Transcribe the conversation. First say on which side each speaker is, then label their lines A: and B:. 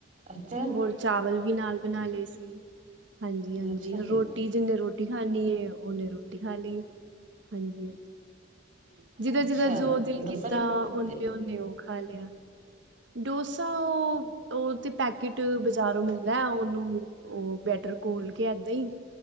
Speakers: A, on the right (about 45°); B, on the right (about 80°).
A: ਅੱਛਾ
B: ਹੋਰ ਚਾਵਲ ਵੀ ਨਾਲ ਬਣਾ ਲਏ ਸੀ। ਹਾਂਜੀ ਹਾਂਜੀ
A: ਅੱਛਾ ਜੀ
B: ਰੋਟੀ ਜਿੰਨੇ ਰੋਟੀ ਖਣੀ ਏ ਉਹ ਓਨੇ ਰੋਟੀ ਖਾ ਲਈ ਹਾਂਜੀ ਹਾਂਜੀ। ਜਿਦਾਂ
A: ਅੱਛਾ
B: ਜਿਦਾਂ ਜੋ ਦਿਲ
A: ਡੋਸਾ
B: ਕੀਤਾ
A: ਕਿੱਦਾਂ ਬਣਾਉਂਦੇ?
B: ਉਹਨੇ ਉਹਨੇ ਉਹ ਖਾ ਲਿਆ। ਡੋਸਾ‌ ਉਹ ਤੇ ਪੈਕੇਟ ਬਜ਼ਾਰੋਂ ਮਿਲ ਲੈ ਉਹਨੂੰ ਉਹ ਬੈਟਰ ਘੋਲ ਕੇ ਏਦਾਂ ਹੀ